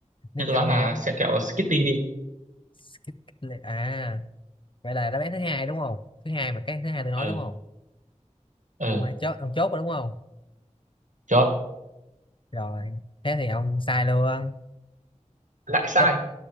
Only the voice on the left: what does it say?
Snickers
nghe
giống
Skit Kitlet. à vậy là đáp án thứ hai đúng không thứ hai mà cái thứ hai tôi nói
đúng không
ông ai chốt ông chốt rồi đúng không
rồi thế thì ông sai luôn
đáp